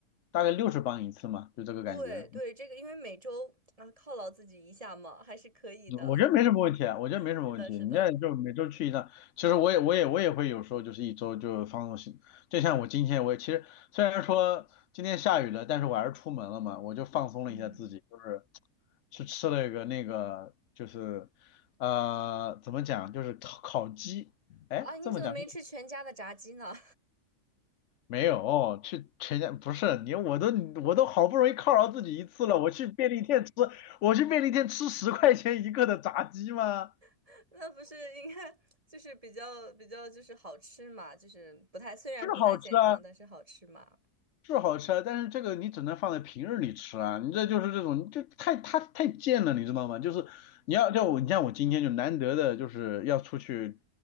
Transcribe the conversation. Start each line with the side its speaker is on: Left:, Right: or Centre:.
Left: 大概六十磅一次嘛，就这个感觉。
Right: 对对，
Left: 嗯
Right: 这个因为每周啊犒劳自己一下嘛，还是可以的。
Left: 我觉得没什么问题啊，我觉得没什么问题。
Right: <laughs> 是的，是的。
Left: 你这就每周去一趟，其实我也我也我也会有时候就是一周就放纵行，就像我今天我也其实虽然说今天下雨了，但是我还是出门了嘛，我就放松了一下自己，
Right: 嗯，
Left: 就是去吃了一个那个就是呃怎么讲就是烤烤鸡，哎这么讲。
Right: 啊，你怎么没吃全家的炸鸡呢？
Left: 没有，哦去全家不是你，我都我都好不容易犒劳自己一次了，我去便利店吃，我去便利店吃十块钱一个的炸鸡吗？
Right: <laughs> 那不是应该就是比较比较就是好吃嘛，就是不太虽然不太健康，
Left: 是好吃啊，
Right: 但是好吃嘛。
Left: 是好吃啊，但是这个你只能放在平日里吃啊，你这就是这种，你就太太太贱了，你知道吗？就是你要叫我，你像我今天就难得的就是要出去